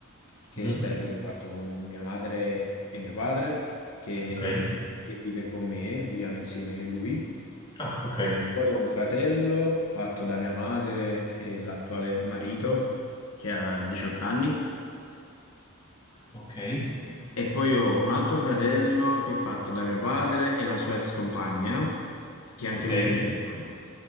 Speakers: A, on the left; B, on the left.
A: che
B: Mhm.
A: sarebbe quello fatto con mia madre e mio padre, che,
B: Ok.
A: che vive con me, viviamo insieme a lui.
B: Ah, ok.
A: Poi ho un fratello fatto da mia madre e l'attuale marito che ha 18 anni.
B: Ok.
A: E poi ho un altro fratello che è fatto da mio padre e la sua ex compagna, che anche
B: Ok.
A: lui ha 18 anni.